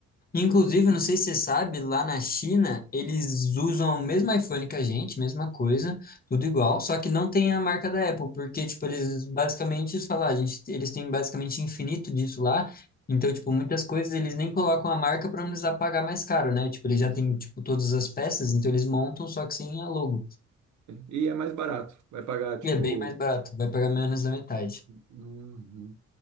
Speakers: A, on the left; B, on the right.
A: Inclusive,
B: Com certeza.
A: não sei se você sabe, lá na China, eles usam o mesmo iPhone que a gente, mesma coisa, tudo igual, só que não tem a marca da Apple, porque, tipo, eles basicamente, eles falam, "Ah, gente, eles têm basicamente infinito disso lá. Então, tipo, muitas coisas eles nem colocam a marca para não precisar pagar mais caro, né? Tipo, eles já
B: Sim.
A: têm, tipo, todas as peças, então eles montam, só que sem a logo.
B: E é mais barato, vai pagar, tipo.
A: E é bem mais barato, vai pagar menos da metade.
B: Uhum.